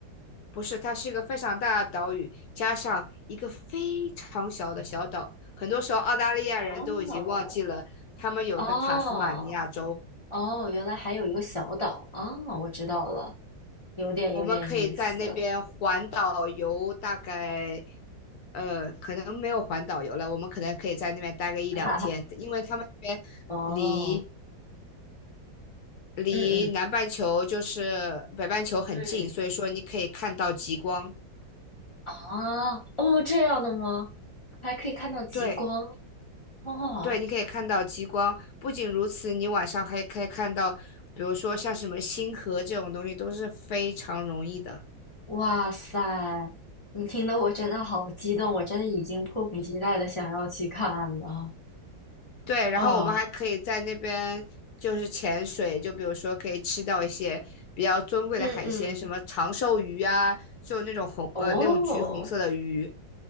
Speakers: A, on the left (about 65°); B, on the left (about 25°).
A: 不是，它是一个非常大的岛屿，加上一个非常小的小岛。很多时候，澳大利亚人都已经忘记了他们有一个塔斯马尼亚州。
B: 哦，哦哦，原来还有一个小岛啊，我知道了，有点有点意思，
A: 我们可以在那边环岛游，大概呃，可能没有环岛游了，我们可能可以在那边待个一两天，
B: <laughs> 哈哈，
A: 因为他们那边离
B: 哦，
A: 离南半球就是北半球很近，
B: 嗯嗯。嗯。
A: 所以说你可以看到极光。
B: 啊，哦，这样的吗？还可以看到极光
A: 对。
B: 哦！
A: 对，你可以看到极光。不仅如此，你晚上还可以看到，比如说像什么星河这种东西，都是非常容易的。
B: 哇塞，你听得我真的好激动，我真的已经迫不及待的想要去看了
A: 对，然后我们还可以在那边就是潜水，
B: 啊！
A: 就比如说可以吃到一些比较尊贵的海鲜，
B: 嗯嗯，
A: 什么长寿鱼啊，就那种红呃那种橘红色的鱼。
B: 哦，